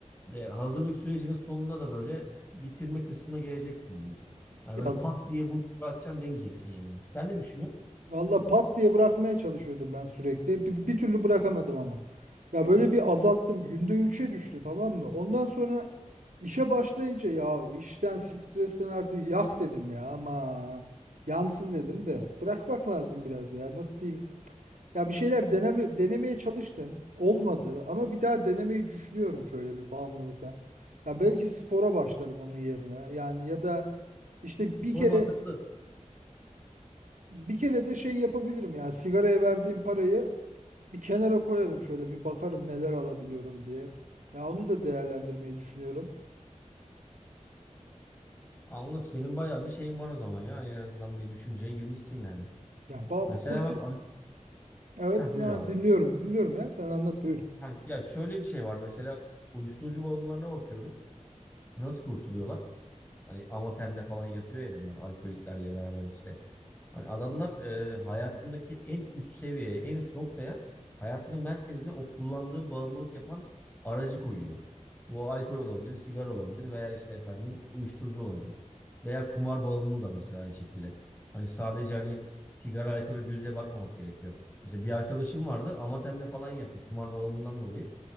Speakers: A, on the left; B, on the right.
A: E, hazırlık sürecinin sonunda da böyle bitirme kısmına geleceksin diyeyim. Hani
B: Ya
A: böyle pat diye bu bırakacağım demeyeceksin yani. Sen ne düşünüyorsun?
B: Valla pat diye bırakmaya çalışıyordum ben sürekli. Bir, bir türlü bırakamadım ama. Ya böyle bir azalttım. Günde üç'e düştü tamam mı? Ondan sonra işe başlayınca ya işten stresten artık yak dedim ya aman. Yansın dedim de bırakmak lazım biraz ya nasıl diyeyim. Ya bir şeyler deneme, denemeye çalıştım. Olmadı ama bir daha denemeyi düşünüyorum şöyle bir bağımlılıktan. Ya belki spora başlarım onun yerine. Yani ya da işte bir
A: Form
B: kere
A: da
B: bir kere de şey yapabilirim ya sigaraya verdiğim parayı bir kenara koyarım şöyle bir bakarım neler alabiliyorum diye. Ya onu da değerlendirmeyi düşünüyorum.
A: anladım. Senin bayağı bir şeyin var o zaman ya. En azından bir düşünceye girmişsin yani.
B: Ya bağım,
A: Mesela
B: kurtu
A: bak
B: evet
A: Heh, buyur
B: yani
A: abi.
B: dinliyorum dinliyorum ya sen anlat buyur.
A: Ha, ya şöyle bir şey var mesela uyuşturucu bağımlılarına bakıyorum. Nasıl kurtuluyorlar? Hani amatemle falan yatıyor ya bunlar alkoliklerle beraber işte. Hani adamlar e, hayatındaki en üst seviyeye, en üst noktaya hayatının merkezine o kullandığı bağımlılık yapan aracı koyuyor. Bu alkol olabilir, sigara olabilir veya işte efendim uyuşturucu olabilir. Veya kumar bağımlılığı da mesela aynı şekilde. Hani sadece hani sigara, alkol gözüyle bakmamak gerekiyor. Mesela bir arkadaşım vardı, Amatem'de falan yattı kumar bağımlılığından dolayı.